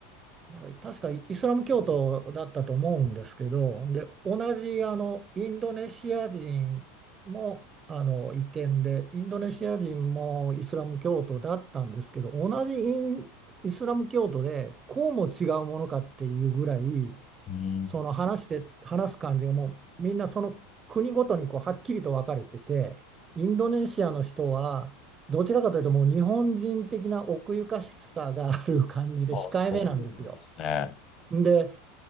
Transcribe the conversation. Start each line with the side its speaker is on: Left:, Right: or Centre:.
Right: なんか確かイスラム教徒だったと思うんですけど、で、同じあのインドネシア人もあの移転で、インドネシア人もイスラム教徒だったんですけど、同じイン、イスラム教徒でこうも違うものかっていうぐらい、
Left: うん。
Right: その話して、話す感じがもうみんなその国ごとにこうはっきりと分かれてて、インドネシアの人は、どちらかというともう日本人的な奥ゆかしさがある感じで控えめなんですよ。
Left: あ、そうなんですね。
Right: で、